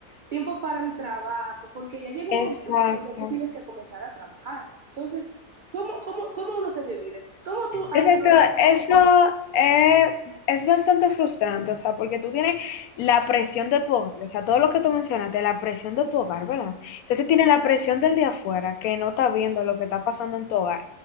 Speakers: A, on the right; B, on the left.
A: Tiempo para el trabajo, porque ya llega un
B: Exacto.
A: momento donde tú tienes que comenzar a trabajar. Entonces, ¿cómo, cómo, cómo uno se divide? ¿Cómo tú has
B: Exacto,
A: logrado,
B: eso
A: dividir?
B: eh, es bastante frustrante, o sea, porque tú tienes la presión de tu hogar, o sea, todo lo que tú mencionaste, la presión de tu hogar, ¿verdad? Entonces tienes la presión del de afuera, que no está viendo lo que está pasando en tu hogar.